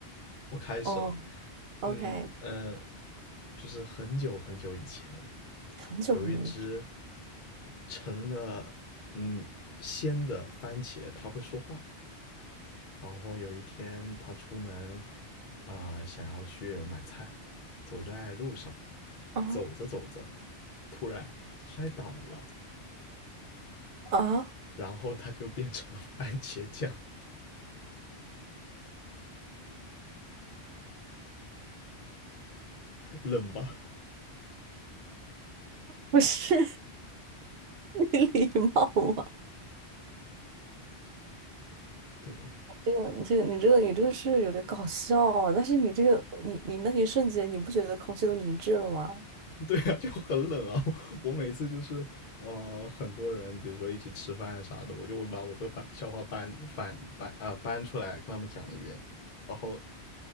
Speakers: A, on the left; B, on the right.
A: 我开始了。
B: 哦，OK，
A: 嗯嗯，就是很久很久以前，
B: 很久很久以前
A: 有一只成了嗯鲜的番茄，它会说话，然后有一天他出门，啊、呃想要去买菜，走在路上，
B: 啊
A: 走着走着，突然摔倒了，
B: 啊，
A: 然后他就变成了番茄酱，冷吧？
B: 不是 <laughs> 你礼貌吗？
A: 对。
B: 这个你这个你这个你这个是有点搞笑啊，但是你这个你你那一瞬间你不觉得空气都凝滞了吗？
A: <laughs> 对啊，就很冷啊！我每次就是，呃，很多人，比如说一起吃饭啥的，我就会把我这番笑话搬翻搬啊、呃搬出来跟他们讲一遍，然后